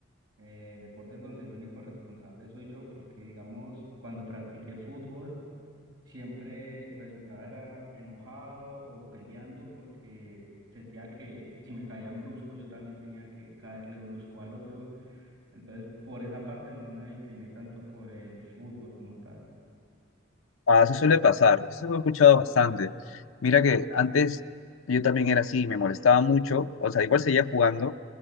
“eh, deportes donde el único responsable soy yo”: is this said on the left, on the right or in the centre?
Right